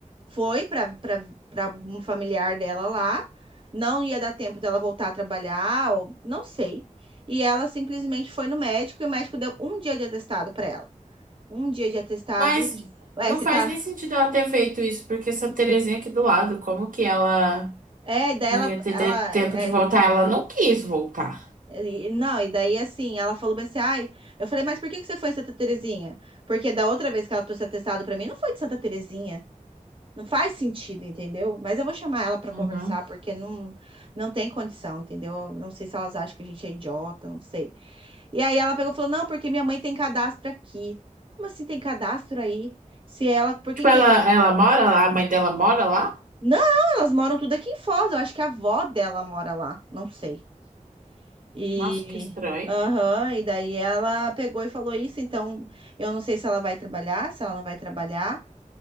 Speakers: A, on the right; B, on the right.
A: foi para para um familiar dela lá, não ia dar tempo dela voltar a trabalhar, ou, não sei. E ela simplesmente foi no médico e o médico deu um dia de atestado para ela. Um dia de atestado.
B: mas
A: Ué,
B: não
A: você
B: faz
A: tá.
B: nem sentido ela ter feito isso, porque Santa Terezinha é aqui do lado, como que ela
A: É, e daí
B: não
A: ela,
B: ia ter
A: ela,
B: ter tempo de
A: é,
B: voltar? Ela não quis voltar.
A: e- não, e daí assim, ela falou bem assim, ai, eu falei, mas por que que você foi em Santa Terezinha? Porque da outra vez que ela trouxe atestado para mim, não foi de Santa Terezinha. Não faz sentido, entendeu? Mas eu vou chamar ela pra
B: Uhum.
A: conversar, porque não, não tem condição, entendeu? Não sei se elas acham que a gente é idiota, não sei. E aí ela pegou e falou: Não, porque minha mãe tem cadastro aqui. Como assim tem cadastro aí? Se ela. Por que
B: Tipo,
A: que.
B: ela,
A: é-
B: ela mora lá, a mãe dela mora lá?
A: Não, elas moram tudo aqui em Foz. Eu acho que a avó dela mora lá. Não sei. E.
B: Nossa, que estranho.
A: Aham, e daí ela pegou e falou isso. Então eu não sei se ela vai trabalhar, se ela não vai trabalhar.